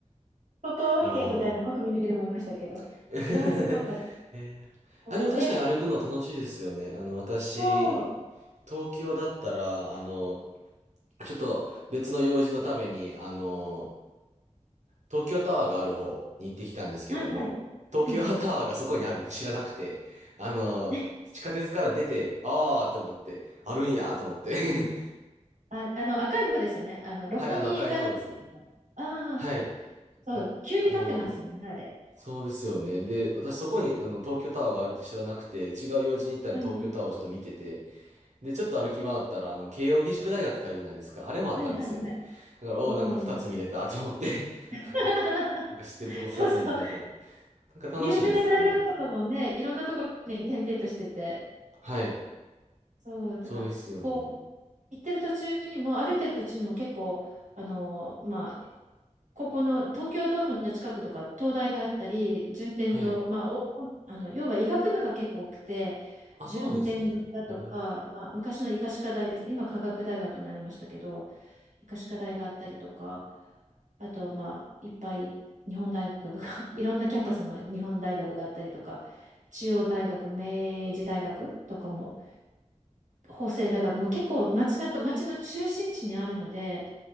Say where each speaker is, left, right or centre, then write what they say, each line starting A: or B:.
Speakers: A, on the right (about 85°); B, on the right (about 70°).
A: ここは
B: なるほど。
A: OK みたいな国民的に思いましたけど。
B: <laughs> えーあ、
A: いや、すごかった。そうで、
B: でも確かに歩くの楽しいですよね。あの、私、
A: そう、
B: 東京だったら、あの、ちょっと別の用事のために、あの、東京タワーがある方に行ってきたんですけども、
A: はいはい。
B: 東京タワーがそこにあるって知らなくて、
A: うん。
B: あの、
A: <laughs>
B: 地下鉄から出て、あーって思って、あるんやーと思って。
A: あ、あの赤い方ですよね。あの六本木から見るの。
B: <laughs> はい、あの赤い方ですね。
A: ああ、
B: はい。
A: そう、急に立ってますもんね、
B: あの、
A: あれ。
B: そうですよね。で、私そこにあの東京タワーがあるって知らなくて、違う用事に行ったのに東京タワーをちょっと見てて、
A: うん。
B: で、ちょっと歩き回ったら、あの、慶応義塾大学ってあるじゃないですか。あれもあったんですよね。
A: はいはいはい。
B: だから、おお、
A: おお。
B: なんか二つ見れたと思って
A: <laughs>
B: <laughs> なんか知ってるとこ二つ見れたと思って。
A: そうそう。
B: なんか楽しいですよね。
A: 有名な大学とかもね、いろんなところに転々としてて。
B: はい。
A: そう、だから、
B: そうですよね。
A: こう、行ってる途中にも、歩いてる途中にも結構、あの、まあ、ここの東京ドームの近くとか、東大があったり、順天堂、
B: はい。
A: まあ、お、おあの、要は医学部が結構多くて、
B: あ、
A: 順天堂だとか、
B: そうなんですね。えー、
A: まあ、昔の医科歯科大ですね。今、科学大学になりましたけど、医科歯科大があったりとか、あと、まあ、いっぱい日本大学が <laughs> いろんなキャンパスの日本大学があったりとか、中央大学、明治大学とかも、法政大学もう結構街中、街の中心地にあるので、